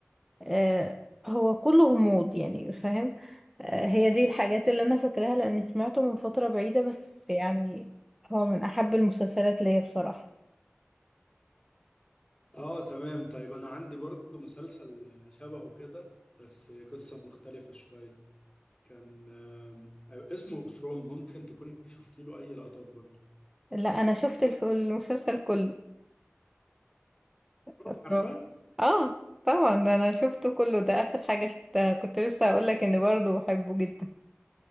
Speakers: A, in the centre; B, on the left.
A: آه، هو كله غموض يعني فاهم آه، هي دي الحاجات اللي انا فاكراها لاني سمعته من فترة بعيدة بس يعني هو من احب المسلسلات ليا بصراحة
B: اه تمام طيب انا عندي برضو مسلسل شبهه كده بس قصة مختلفة شوية كان آه، اسمه فروم ممكن تكوني شفتي له اي لقطات برضو
A: لا انا شفت الف- المسلسل كله
B: فروم
A: افراد
B: عارفة
A: اه طبعا ده انا شفته كله ده اخر حاجة شفتها كنت لسه هقول لك اني برضه بحبه جدا